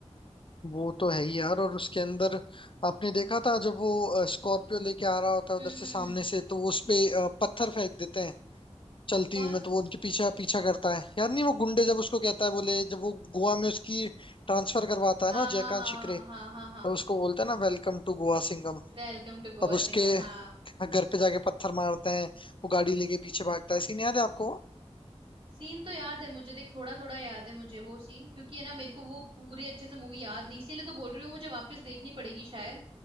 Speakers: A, on the left; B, on the right.
A: वो तो है ही यार और उसके अंदर आपने देखा था जब वो स्कॉर्पियो लेके आ रहा होता है
B: हम्म
A: उधर से
B: हम्म
A: सामने
B: हम्म
A: से तो वो उसपे पत्थर फेंक देते हैं चलती
B: कौन
A: हुई में तो वो उनके पीछे पीछा करता है यार नहीं वो गुंडे जब उसको कहता है बोले जब वो गोवा में उसकी ट्रांसफर करवाता है
B: हाँ
A: ना
B: हाँ
A: जयकांत
B: हाँ
A: शिकरे
B: हाँ हाँ हाँ हाँ।
A: तब उसको बोलता है ना वेलकम टू गोवा सिंगम
B: Welcome to Goa
A: तब उसके
B: Singham हाँ
A: घर पे जाके पत्थर मारते हैं वो गाड़ी लेके पीछे भागता है सीन याद है आपको
B: सीन तो याद है मुझे देख थोड़ा थोड़ा याद है मुझे वो सीन क्योंकि है ना मेरे को वो पूरी अच्छे से मूवी याद नहीं इसीलिए तो बोल रही हूँ मुझे वापस देखनी पड़ेगी शायद